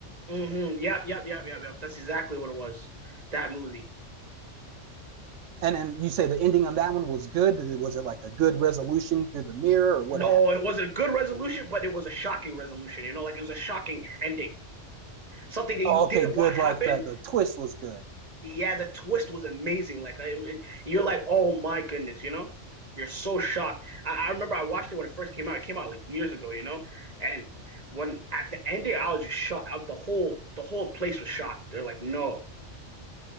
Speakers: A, on the right (about 35°); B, on the right (about 85°).
A: hmm Yep, yep, yep, yep, yep. That's exactly what it was. That movie.
B: And then you say the ending on that one was good. Was it like a good resolution through the mirror or what
A: No,
B: happened?
A: it wasn't a good resolution, but it was a shocking resolution, you know, like it was a shocking ending. Something that
B: Oh,
A: you didn't
B: okay, good.
A: want happen.
B: Like the the twist was good.
A: yeah, the twist was amazing. Like it- it- you're like, oh my goodness, you know, you're so shocked. I, I remember I watched it when it first came out. It came out like years ago, you know, and when at the end there, I was just shocked. I, the whole the whole place was shocked. They're like, no,